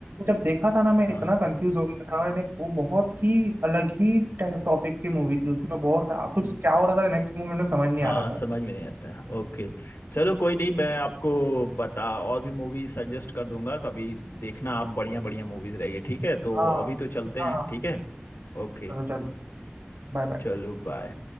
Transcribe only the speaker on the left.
हाँ
हम्म,
हाँ
समझ
में नहीं आता है ओके चलो कोई नहीं मैं आपको बता और भी मूवी सजेस्ट कर दूंगा कभी देखना आप बढ़िया बढ़िया मूवीज रहेगी ठीक है तो
अभी तो चलते
हैं
ठीक है ओके
चलो बाय